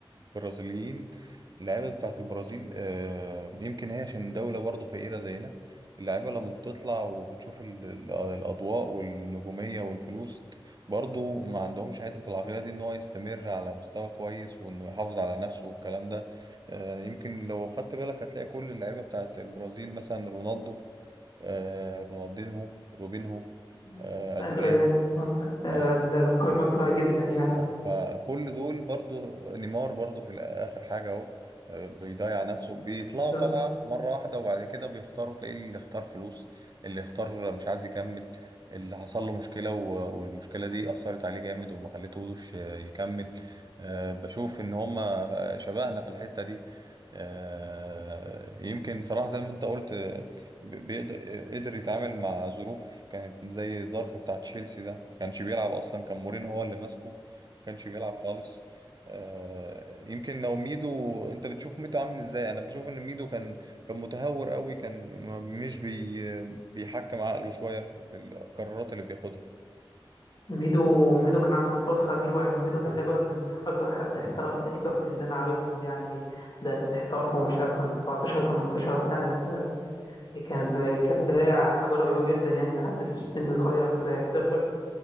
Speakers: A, on the right (about 50°); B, on the left (about 50°).
A: البرازيليين اللعيبه بتاعت البرازيل آه، يمكن هي عشان دوله برضو فقيره زينا اللعيبه لما بتطلع وبتشوف ال... ال- الاضواء والنجوميه والفلوس برضو ما عندهمش حته العقليه دي ان هو يستمر على مستوى كويس وانه يحافظ على نفسه والكلام ده آه، يمكن لو خدت بالك هتلاقي كل اللعيبه بتاعت البرازيل مثلا رونالدو آه رونالدينهو روبينهو
B: يعني
A: آه أدريان
B: أدريانو آه،
A: آه
B: القايمة كبيرة جدا يعني
A: آه، فكل دول برضو نيمار برضو في اخر حاجه اهو آه، بيضيع نفسه بيطلعوا
B: بالظبط
A: طلعه مره واحده وبعد كده بيختاروا تلاقي اللي اختار فلوس اللي اختار مش عايز يكمل اللي حصل له مشكله و- والمشكله دي اثرت عليه جامد وما خليتهوش ي- يكمل آه، بشوف ان هما شبهنا في الحته دي آه، يمكن صراحه زي ما انت قلت آه، ب- بيقدر قدر يتعامل مع ظروف كانت زي الظرف بتاع تشيلسي ده ما كانش بيلعب اصلا كان مورينو هو اللي ماسكه كانش بيلعب خالص آه، يمكن لو ميدو انت بتشوف ميدو عامل ازاي انا بشوف ان ميدو كان كان متهور قوي كان م- مش بي بيحكم عقله شوية في في القرارات اللي بياخدها
B: ميدو ميدو كان عنده فرص رهيبة يعني ميدو تقريبا أصغر حد احترف تقريبا في اللي أنا عارفهم يعني ده احترفه مش عارف كان 17 18 سنة فكان ب- كان بداية حاجة رهيبة جدا يعني إن حد في سن صغير كده يحترف